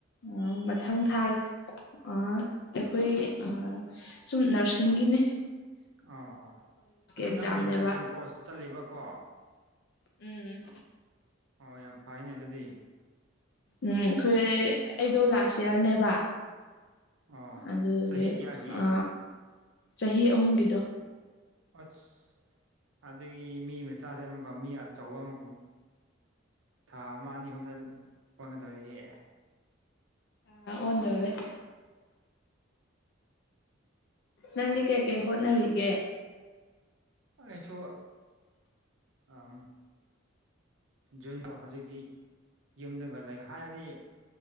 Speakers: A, on the left; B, on the right.
A: ꯑ ꯃꯊꯪ ꯊꯥꯒꯤ ꯑꯥ ꯑꯩꯈꯣꯏ ꯑꯥ ꯁꯨꯝ ꯅ꯭ꯔꯁꯤꯡꯒꯤꯅꯤ
B: ꯑ ꯑꯣ ꯑꯗꯨ
A: ꯑꯦꯛꯖꯥꯝꯅꯦꯕ
B: ꯅꯪꯒꯤ ꯅꯔꯁꯤꯡ ꯀꯣꯔꯁ ꯆꯠꯂꯤꯕꯀꯣ
A: ꯎꯝ
B: ꯑꯣ ꯌꯥꯝ ꯐꯩꯅꯦ ꯑꯗꯨꯗꯤ
A: ꯎꯝ ꯑꯩꯈꯣꯏ ꯑꯩꯗꯣ ꯂꯥꯁ ꯏꯌꯥꯔꯅꯦꯕ
B: ꯑꯣ
A: ꯑꯗꯨꯗꯨꯒꯤ
B: ꯆꯍꯤ ꯀꯌꯥꯒꯤ
A: ꯑ ꯆꯍꯤ ꯑꯍꯨꯝꯒꯤꯗꯣ
B: ꯑꯁ ꯑꯗꯒꯤ ꯃꯤ ꯃꯆꯥꯁꯦ ꯑꯃꯀ ꯃꯤ ꯑꯆꯧꯕ ꯑꯃꯒ ꯊꯥ ꯑꯃ ꯑꯅꯤ ꯑꯍꯨꯝꯗ ꯀꯣꯟꯒꯗꯧꯔꯤꯍꯦ
A: ꯅꯪ ꯑꫭꯟꯗꫭꯔꯦ ꯅꯡꯗꯤ ꯀꯩꯀꯩ ꯍꯣꯠꯅꯔꯤꯦ
B: ꯑꯩꯁꯨ ꯑꯝ ꯖꯨꯟꯗꯣ ꯍꯧꯖꯤꯛꯇꯤ ꯌꯨꯝꯗꯒ ꯂꯩ ꯍꯥꯏꯕꯗꯤ